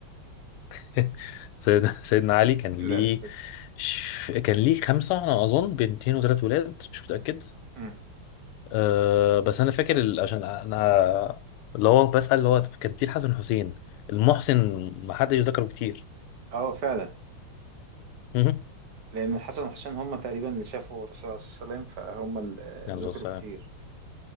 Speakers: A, on the left; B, on the right.
A: <laughs> سيد- سيدنا علي كان ليه
B: لا
A: ش- كان ليه خمسة أنا أظن بنتين وثلاث ولاد مش متأكد
B: مم.
A: أه بس أنا فاكر ال- عشان أنا اللي هو بسأل اللي هو كان في الحسن والحسين المحسن ما حدش ذكره كتير
B: اه فعلا
A: مهم.
B: لان الحسن والحسين هم تقريبا اللي شافوا الرسول عليه الصلاه والسلام فهم اللي آه،
A: يعني
B: ذكروا
A: بس-
B: كتير